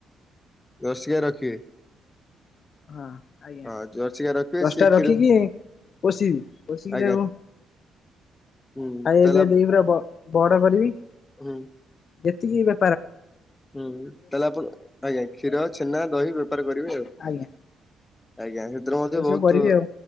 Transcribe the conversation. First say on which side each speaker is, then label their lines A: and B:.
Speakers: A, on the left (about 20°); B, on the left (about 55°).
A: ଜର୍ସିଗାଈ ରଖିବେ।
B: ହଁ। ଆଜ୍ଞା
A: ହଁ ଜର୍ସି ଗାଈ ରଖିବେ
B: ଦଶଟା
A: ସିଏ କ୍ଷୀର
B: ରଖିକି ପୋଷିବି, ପୋଷିକି
A: ଆଜ୍ଞା
B: ତାକୁ
A: ହୁଁ
B: ଆଉ
A: ତାହେଲେ
B: ଏବେ ଦେଇ ପୁରା ବ ବଡ କରିବି।
A: ହୁଁ।
B: ଯେତିକି ବା
A: ହୁଁ ତାହେଲେ ଆପଣ ଆଜ୍ଞା, କ୍ଷୀର ଛେନା, ଦହି, ବେପାର କରିବି ଆଉ।
B: ଆଜ୍ଞା
A: ଆଜ୍ଞା ସେଥିରୁ ମଧ୍ୟ
B: ଏଇସବୁ
A: ବହୁତୁ
B: କରିବି ଆଉ